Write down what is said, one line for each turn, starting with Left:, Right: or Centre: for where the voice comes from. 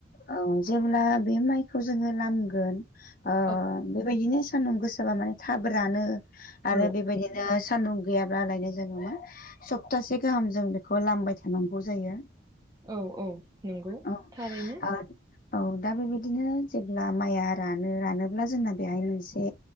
Left: औ जेब्ला बे माइखौ जोङो लामगोन ओ
Right: औ
Left: बेबायदिनो सान्दुं गोसाबा माने थाब रानो आरो
Right: औ
Left: बेबायदि बिदिनो सान्दुं गैयाब्लालायनो जोङो मा सप्तासे गाहाम जों बेखौ लामबाय थानांगौ जायो
Right: औ औ नंगौ
Left: औ
Right: थारैनो
Left: ओ औ दा बेबायदिनो जेब्ला माइया रानो रानोब्ला जोंना बेहाय मोनसे